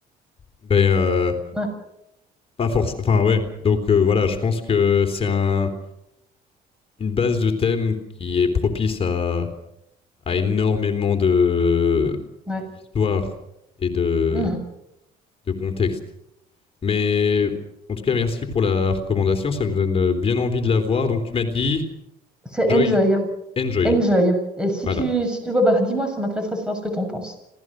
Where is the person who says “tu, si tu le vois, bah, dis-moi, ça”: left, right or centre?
Centre